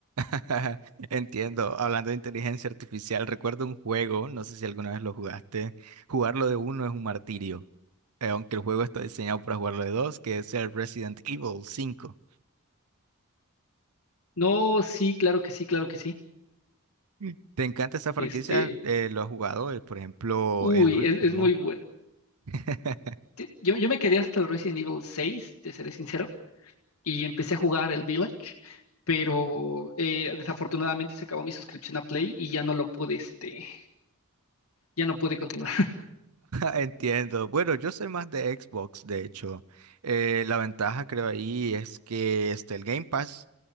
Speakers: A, on the right; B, on the left.
A: <laughs> Ajá, Entiendo. Hablando de inteligencia artificial, recuerdo un juego, no sé si alguna vez lo jugaste. Jugarlo de uno es un martirio, eh, aunque el juego está diseñado para jugarlo de dos, que es el Resident Evil cinco
B: No, sí, claro que sí, claro que sí.
A: Mm. ¿Te encanta esta franquicia?
B: Este,
A: Eh, ¿lo has jugado? El- por ejemplo,
B: uy,
A: el último.
B: es, es muy bueno.
A: <laughs>
B: Te- Yo, yo me quedé hasta el Resident Evil 6, te seré sincero, y empecé a jugar el Village, pero eh, desafortunadamente se acabó mi suscripción a Play y ya no lo pude, este, ya no pude continuar.
A: Entiendo. Bueno, yo soy más de Xbox, de hecho. Eh, la ventaja creo ahí es que este, el Game Pass,